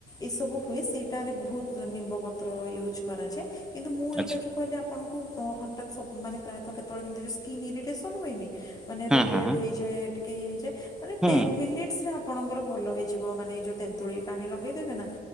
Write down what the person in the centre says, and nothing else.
ଆଚ୍ଛା
ହୁଁ
ହୁଁ
ହୁଁ
ହୁଁ